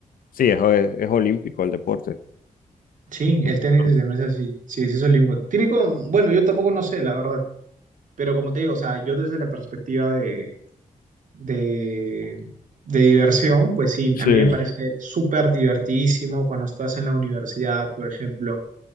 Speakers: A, on the left; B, on the right.
A: sí, es, es olímpico el deporte.
B: Sí,
A: No-
B: el tenis
A: no-
B: de mesa sí, sí, sí es olímpico. Tiene como bueno, yo tampoco no sé, la verdad, pero como te digo, o sea, yo desde la perspectiva de, de, de diversión, pues sí,
A: Sí.
B: a mí me parece súper divertidísimo cuando estás en la universidad, por ejemplo,